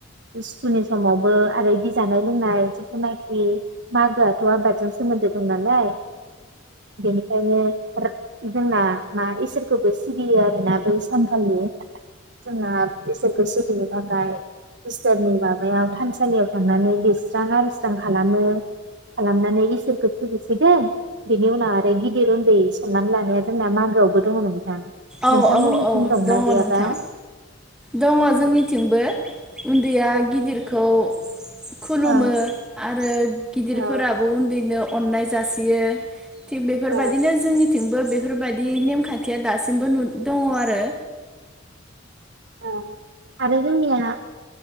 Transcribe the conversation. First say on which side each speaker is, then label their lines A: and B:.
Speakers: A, on the right (about 60°); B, in the centre.
A: इस्कुलनि समावबो आरो एदि जानाय लोंनाय जिथुनाखि मागोआथ आबादजों सोमोन्दो दं नालाय बेनिखायनो जोंना मा इसोरखौबो सिबियो आरोना बै सानखालि जोंना इसोरखौ सिबिनो थाखाय इस्टोरनि माबायाव थानसालियाव थांनानै लिरस्रां आरो मोजां खालामो खालामनानै इसोरखौ होसिगोन बिनि उनाव आरो गिदिर उन्दै समनानै लानाया जोंना मागोआवबो दङ नोंथां
B: औ
A: नोंथांमोननिथिं
B: औ औ
A: दंना
B: दङ
A: गैयाबा
B: नोंथां दङ जोंनिथिंबो उन्दैया गिदिरखौ खुलुमो
A: औ
B: आरो गिदिरफोराबो
A: औ
B: उन्दैनो अननाय जासियो थिग बेफोरबायदिनो
A: औ
B: जोंनिथिंबो बेफोरबायदि नेमखान्थिया दासिम बो नुद दङआरो
A: औ आरो जोंनिया